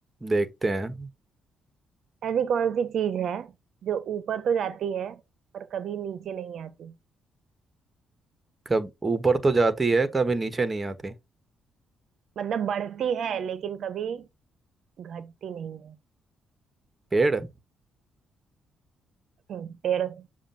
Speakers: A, on the right (about 20°); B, on the right (about 60°).
A: देखते हैं
B: ऐसी कौन सी चीज है जो ऊपर तो जाती है पर कभी नीचे नहीं आती
A: कब ऊपर तो जाती है कभी नीचे नहीं आती
B: मतलब बढ़ती है लेकिन कभी घटती नहीं है
A: पेड़
B: हम्म, पेड़